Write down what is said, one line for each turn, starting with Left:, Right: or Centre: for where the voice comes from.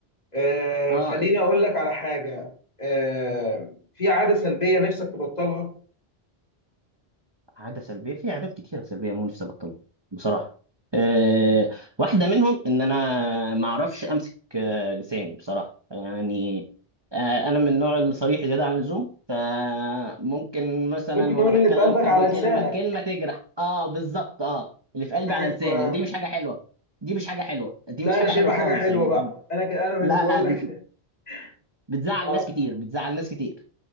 Left: آه
Right: اه
Left: خليني اقول لك على حاجه آه في عاده سلبيه نفسك تبطلها
Right: عادة سلبية في عادات كتيرة سلبية مو نفسي أبطلها بصراحة أه واحدة منهم إن أنا ما أعرفش أمسك أه لساني بصراحة يعني أه أنا من النوع الصريح زيادة عن اللزوم فممكن مثلا
Left: ممكن نقول
Right: وأنا بتكلم
Left: اللي في قلبك
Right: أرمي
Left: على لسانك
Right: كلمة كلمة تجرح أه بالظبط أه اللي في قلبي
Left: دي حاجه
Right: على لساني
Left: كويسة.
Right: ودي مش حاجة حلوة دي مش حاجة حلوة دي
Left: لا
Right: مش
Left: انا
Right: حاجة
Left: شايفها
Right: حلوة خالص
Left: حاجه حلوه
Right: يعني
Left: بقى انا ك... انا من
Right: لا
Left: اللي بقول
Right: لا
Left: لك
Right: بتزعل
Left: <laughs> اه
Right: ناس كتير بتزعل ناس كتير